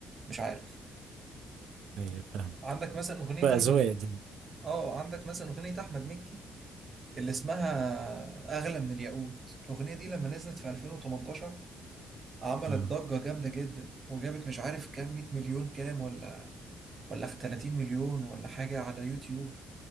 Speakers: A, on the right; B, on the right.
A: مش عارف
B: أيوة فاهمك
A: عندك مثلا اغنيه
B: بقى
A: احمد
B: أذواق دي
A: اه عندك مثلا اغنيه احمد مكي اللي اسمها اغلى من الياقوت الاغنيه دي لما نزلت في 2018 عملت
B: أه
A: ضجه جامده جدا وجابت مش عارف كام 100 مليون كام ولا ولا 30 مليون ولا حاجه على يوتيوب